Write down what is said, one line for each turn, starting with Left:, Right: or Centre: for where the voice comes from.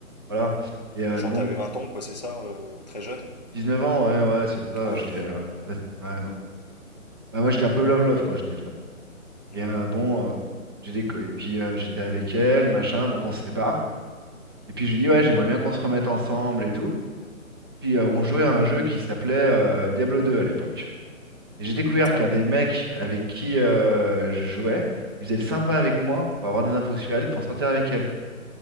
Right: Voilà. Et euh,
Left: Genre
Right: donc,
Left: t'avais 20 ans quoi, c'est ça, euh, très jeune.
Right: j- neuf ans, ouais, ouais, c'est ça.
Left: Ah
Right: J'étais,
Left: ouais.
Right: euh, ouais, c'était quand même. Bah, moi, j'étais un peu love-love quand j'étais jeune. hein. Et
Left: Mm.
Right: euh, bon, euh, j'ai des... co- et puis euh, j'étais avec elle, machin, donc on se sépare. Et puis je lui dis, ouais, j'aimerais bien qu'on se remette ensemble et tout. Puis euh, on jouait à un jeu qui s'appelait euh, Diablo deux à l'époque. Et j'ai découvert
Left: Ah
Right: qu'un
Left: ouais,
Right: des mecs avec qui euh, je jouais, il faisait le sympa avec moi pour avoir des infos sur elle, pour sortir avec elle.